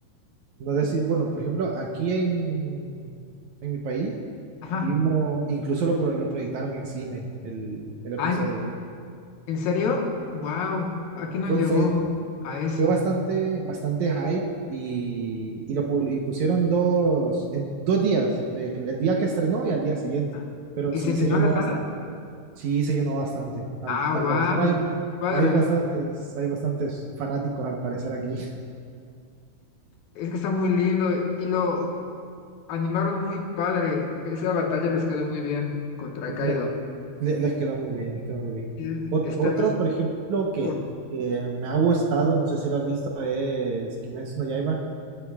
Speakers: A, on the right; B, on the left.
A: No sé si, bueno, por ejemplo, aquí en, en mi país
B: Ajá.
A: vimos, incluso lo, pro- lo proyectaron en cine el, el episodio.
B: Ay, ¿en serio? Wow, aquí no
A: Fue,
B: llegó
A: fue,
B: a eso.
A: fue bastante, bastante hype y, y lo pu- y pusieron dos, en dos días, del el día que estrenó y al día siguiente.
B: Ah,
A: Pero
B: ¿Y
A: sí
B: se llenó
A: se llenó
B: la sala?
A: bastante, sí se llenó bastante. Al,
B: Ah,
A: al
B: wow,
A: parecer hay,
B: padre.
A: hay bastantes, hay bastantes fanáticos al parecer aquí.
B: Es que está muy lindo y lo animaron muy padre. Esa batalla les quedó muy bien contra
A: <laughs>
B: Kaido.
A: La- Le- les quedó muy bien, les quedó muy bien.
B: Sí,
A: Ot-
B: Estás
A: otro, por ejemplo, que,
B: con
A: que me ha gustado, no sé si lo has visto, es Kimetsu no Yaiba.